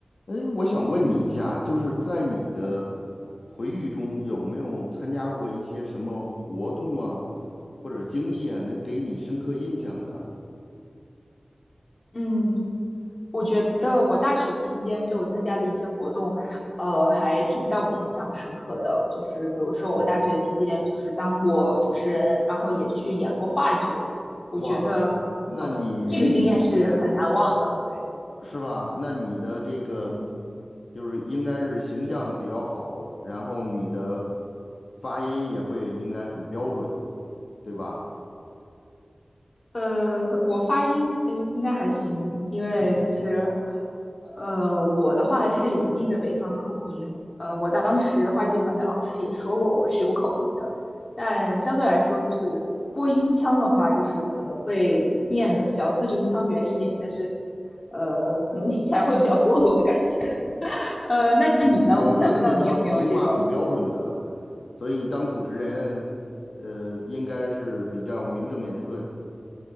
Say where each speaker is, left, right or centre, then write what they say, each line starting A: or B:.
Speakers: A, on the left; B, on the left.
A: 哎，我想问你一下，就是在你的回忆中，有没有参加过一些什么活动啊，或者经历啊，能给你深刻印象的？
B: 嗯，我觉得我大学期间就参加的一些活动，呃，还挺让我印象深刻的。就是比如说，我大学期间就是当过主持人，然后也去演过话剧。我觉得，
A: 哇，那你
B: 呃，这个经验是很难忘的。对，
A: 是吧？那你的这个
B: 嗯。
A: 就是应该是形象比较好，然后你的发音也会应该很标准，对吧？
B: 呃，我发音嗯应该还行，因为其实
A: 嗯。
B: 呃我的话是有一定的北方口音，呃我当时话剧团的老师也说过我是有口音的，但相对来说就是播音腔的话，就是可能会念的比较字正腔圆一点，但是呃可能听起来会比较做作的感觉。<laughs> 呃，那你呢？
A: 嗯，我觉得你的普通话很标准的，
B: 我想知道你有没有这种，
A: 所以当主持人，呃，应该是比较名正言顺。